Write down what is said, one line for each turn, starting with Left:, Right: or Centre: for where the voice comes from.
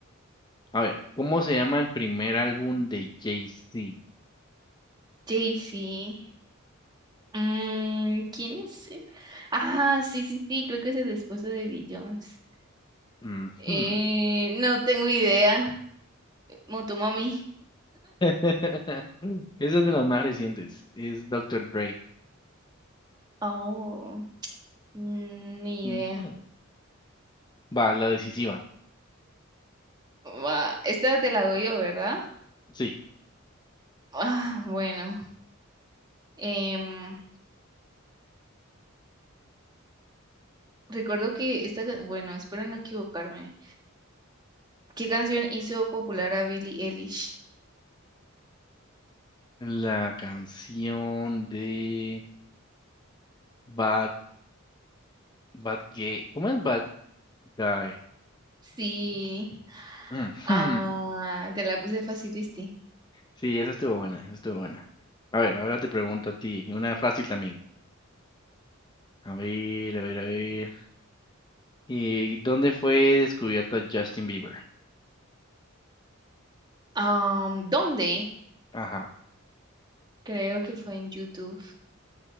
Left: A ver, ¿cómo se llama el primer álbum de Jay-Z?
Right: Jay-Z. Mm, ¿quién es él? Ah, sí, sí, sí, creo que es el esposo de Beyoncé.
Left: Ujú.
Right: Eh, no tengo idea. Motomami.
Left: <laughs> Esa es de las más recientes. Es Doctor Dre.
Right: Oh, mm, ni
Left: Ujú.
Right: idea.
Left: Va, la decisiva.
Right: Va, esta te la hago yo, ¿verdad?
Left: Sí.
Right: Ah, bueno. Em, recuerdo que esta, ca- bueno, espero no equivocarme. ¿Qué canción hizo popular a Billie Eilish?
Left: La canción de Bad, Bad Gay. ¿Cómo es Bad Guy?
Right: Sí.
Left: Ujú.
Right: Ah, te la puse fácil, ¿viste?
Left: Sí, esa estuvo buena, esa estuvo buena. A ver, ahora te pregunto a ti, y una fácil también. A ver, a ver, a ver. ¿Y dónde fue descubierto Justin Bieber?
Right: Am, ¿dónde?
Left: Ajá,
Right: Creo que fue en YouTube.